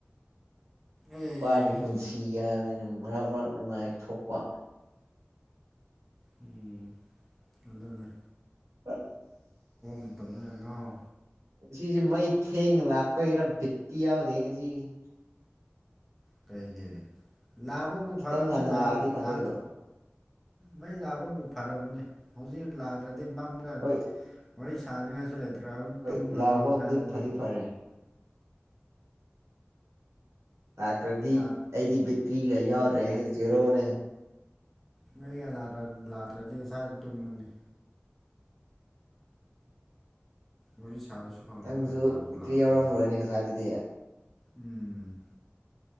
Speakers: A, in the centre; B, on the right.
A: ꯑꯩꯍꯦ
B: ꯅꯨꯄꯥꯒꯤ ꯄꯨꯟꯁꯤ ꯌꯥꯕꯅꯤꯅ ꯃꯔꯛ ꯃꯔꯛ ꯅꯨꯡꯉꯥꯏ ꯊꯣꯛꯄ
A: ꯎꯝ ꯑꯗꯨꯗꯅꯦ
B: ꯑ
A: ꯃꯇꯝꯗꯅ ꯉꯥꯎ
B: ꯁꯤꯖꯦ ꯃꯩ ꯊꯦꯡꯒ ꯂꯥꯛ ꯔꯥ ꯕꯤꯠꯇꯤ ꯌꯥꯗꯦ ꯉꯁꯤꯒꯤꯁꯦ
A: ꯀꯩꯒꯤ ꯂꯥꯕꯕꯨ
B: ꯈꯤꯇꯪ
A: ꯐꯔꯕꯅꯦ
B: ꯉꯟꯅ
A: ꯂꯥꯕꯕꯨ
B: ꯂꯥꯛꯑꯗꯤ ꯐꯗꯣꯏꯕ
A: ꯃꯩ ꯂꯥꯉꯄꯕꯨ ꯐꯔꯕꯅꯦ ꯍꯧꯖꯤꯛ ꯂꯥꯛꯗ꯭ꯔꯗꯤ ꯃꯝꯔꯒ
B: ꯍꯣꯏ
A: ꯋꯥꯔꯤ ꯁꯥꯅ꯭ꯉꯥꯏꯁꯨ ꯂꯩꯇ꯭ꯔꯕ
B: ꯍꯣꯏ
A: ꯇꯨꯝꯃꯨꯔꯅꯤ
B: ꯂꯥꯛꯄ
A: ꯉꯁꯥꯏꯗꯅ
B: ꯑꯃꯗꯤ ꯐꯗꯤ ꯐꯔꯦ ꯂꯥꯛꯇ꯭ꯔꯗꯤ
A: ꯃꯩ ꯂꯥꯛ
B: ꯑꯩꯗꯤ ꯕꯦꯇ꯭ꯔꯤꯒ ꯌꯥꯎꯗ꯭ꯔꯦ ꯖꯦꯔꯣꯅꯦ
A: ꯅꯣꯏꯒ ꯂꯥꯛ ꯂꯥꯛꯇ꯭ꯔꯗꯤ ꯉꯁꯥꯏꯅ ꯇꯨꯝꯃꯅꯤ ꯋꯥꯔꯤ ꯁꯥꯕꯁꯨ ꯐꯪꯉꯔꯣꯏ
B: ꯅꯪꯁꯨ
A: ꯂꯥꯛꯄꯨ
B: ꯕꯤꯇ꯭ꯔꯤ
A: ꯂꯥꯛꯇ꯭ꯔꯗꯤ
B: ꯌꯥꯎꯔꯝꯃꯔꯣꯏꯅꯦ ꯉꯁꯥꯏꯗꯨꯗꯤ
A: ꯎꯝ